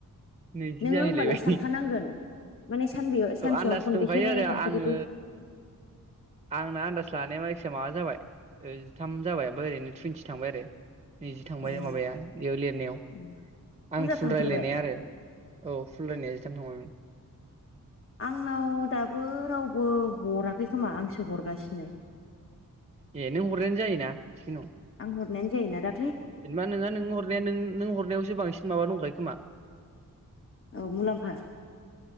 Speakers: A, on the right (about 20°); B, on the left (about 40°).
A: नैजि
B: नोङो
A: जाहैलायबाय
B: होमबालाय सानखानांगोन माने सानबेयाव सानसेयाव
A: औ आन्दास
B: खनबेसे
A: दंखायो
B: रायलायखांखो
A: आरो आङो
B: बेखौ
A: आंना आन्दास लानाया बाय माबा जाबाय जिथाम जाबाय ओमफ्राय ओरैनो टुवइन्टि थांबाय आरो। नैज थांबाय
B: ए
A: माबाया बेयाव लिरनायाव
B: उम बुरजा
A: आं फुल
B: थांथारबाय
A: रायलायनाया आरो औ फुल रायनाया होम
B: आंनाव दाबो रावबो हराखै खोमा आंसो हरगासिनो।
A: ए नों हरनायानो जायो ना?
B: आं हरनायानो जायो ना रा
A: जेनेबा नोंङा नों हरनाया नों हरनायावसो बांसिन माबा दंखायो खोमा
B: औ मुलाम्फा